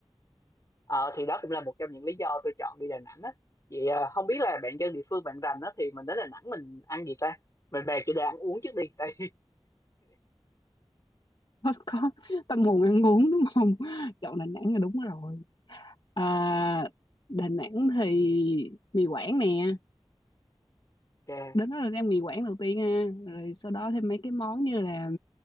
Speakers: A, on the left; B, on the left.
A: ờ thì đó cũng là một trong những lý do tôi chọn đi Đà Nẵng á vậy à, không biết là bạn dân địa phương bạn rành á thì mình đến Đà Nẵng mình ăn gì ta mình bàn chủ đề ăn uống trước đi tại
B: <laughs> có tâm hồn ăn uống đúng không chọn Đà Nẵng là đúng rồi À, Đà Nẵng thì mì Quảng nè
A: <laughs> ok
B: đến đó là ăn mì Quảng đầu tiên ha rồi sau đó thêm mấy cái món như là